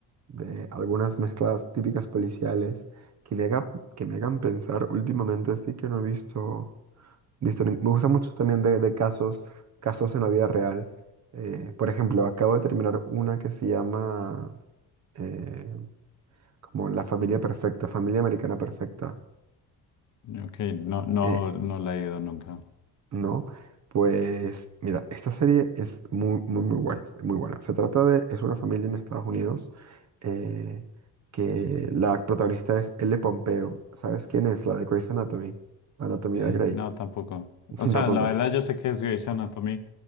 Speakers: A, on the right; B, on the left.
A: de algunas mezclas típicas policiales que me haga- que me hagan pensar últimamente, así que no he visto, visto ni- me gusta mucho también de, de casos, casos en la vida real. Eh, por ejemplo, acabo de terminar una que se llama eh, como La familia perfecta, familia americana perfecta.
B: Ok, no, no,
A: Eh,
B: no la he ido nunca.
A: No, pues mira, esta serie es muy, muy, muy guay, es muy buena. Se trata de, es una familia en Estados Unidos eh, que la protagonista es Elle Pompeo. ¿Sabes quién es? La de Grey's Anatomy, la Anatomía
B: Eh,
A: de Grey.
B: no, tampoco.
A: <laughs>
B: O sea,
A: Tampoco.
B: la verdad yo sé que es Grey's Anatomy